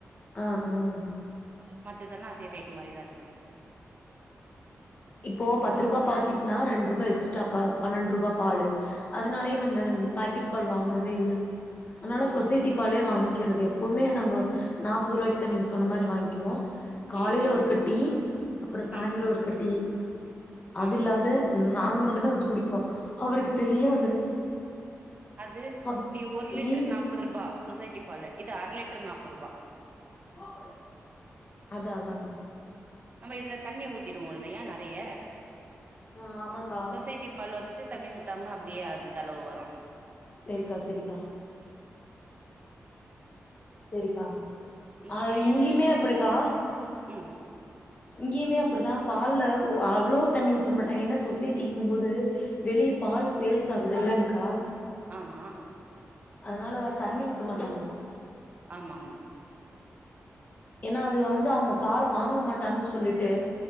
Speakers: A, on the left; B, on the right.
A: ஆஹ் -ஆஹ் <inaudible>
B: மத்ததெல்லா அதே ரேட்டு் மாரிதா இருக்கு
A: இப்போ பத்து
B: யார்
A: ரூபா பாக்கெட்னா ரெண்டு ரூபா எக்ஸ்ட்ரா ப பன்னெண்டு ரூபா பாலு அதனாலயே நா இந்த பாக்கெட் பால் வாங்குறதே இல்ல அதனால
B: ஓ
A: சொசைட்டி பாலே வாங் கிறது எப்பமே நாங்க நாப்பது ரூபாய்க்குதா நீங்க சொன்ன மாரி வாங்க்கிவோ காலைல
B: ம்
A: ஒருக்கா டீ அப்புறோ சாயந்தரோ
B: ம்
A: ஒரு டீ அது
B: ஆ
A: இல்லாத உம் நாங்க மட்டுந்தா வச்சு குடிப்போ அவருக்கு தெரியாது
B: அது
A: அப்
B: நீ ஒரு லிட்டர்
A: மீதி
B: நாப்பது ரூபா சோஸ் சைட்டி பாலு இது அர லிட்டர் நாப் ஒர்ரூபா
A: கூப்புடு அதா -அதா
B: நம்ம இதுல தண்ணி ஊத்திடுவோ இல்லையா நெறைய
A: ஆஹ் ஆமாக்கா
B: சொசைட்டி பால் வந்துட்டு தண்ணி ஊத்தாம அப்டியே அந்த அளவு வரும்
A: செரிக்கா செரிக்கா செரிக்கா
B: இன்னு
A: ஆஹ்
B: தயிரு
A: இங்கியுமே அப்புடிக்கா
B: ம்
A: இங்கேயுமே அப்படிதான் பால்ல அவ்வளவு தண்ணி ஊத்த மாட்டாங்க ஏன்னா சொசைட்டி போது வெளிய பால் சேல்ஸ் ஆகுது இல்லங்கா
B: ஆமா
A: அதனால தண்ணி ஊத்த மாட்டாங்க
B: ஆமா ஆமா
A: ஏன்னா அது வந்து அவங்க பாலை வாங்க மாட்டாங்கன்னு சொல்லிட்டு